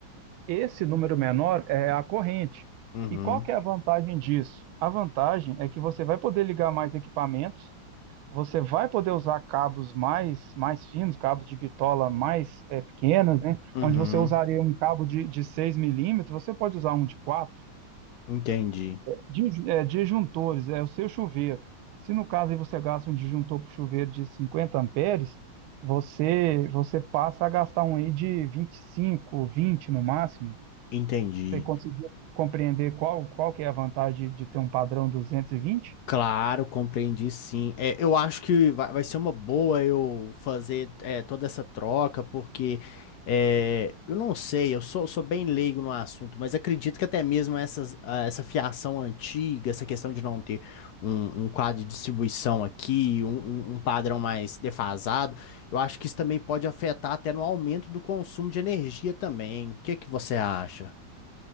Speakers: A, on the right; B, on the left.
A: Esse número menor é a corrente.
B: Uhum,
A: E qual que é a vantagem disso? A vantagem é que você vai poder ligar mais equipamentos você vai poder usar cabos mais, mais finos, cabos de bitola mais eh, pequenas, né?
B: uhum.
A: Onde você usaria um cabo de, de 6 milímetros, você pode usar um de 4.
B: Entendi,
A: Di- eh, disjuntores, é o seu chuveiro. Se no caso aí você gasta um disjuntor para chuveiro de 50 amperes, você, você passa a gastar um aí de 25, 20 no máximo.
B: entendi.
A: Você conseguiu compreender qual, qual que é a vantagem de, de ter um padrão 220?
B: Claro, compreendi sim. É, eu acho que vai, vai ser uma boa eu fazer é, toda essa troca, porque é, eu não sei, eu sou, sou bem leigo no assunto, mas acredito que até mesmo essas, ah, essa fiação antiga, essa questão de não ter um, um quadro de distribuição aqui, um, um um padrão mais defasado, eu acho que isso também pode afetar até no aumento do consumo de energia também. O que que você acha?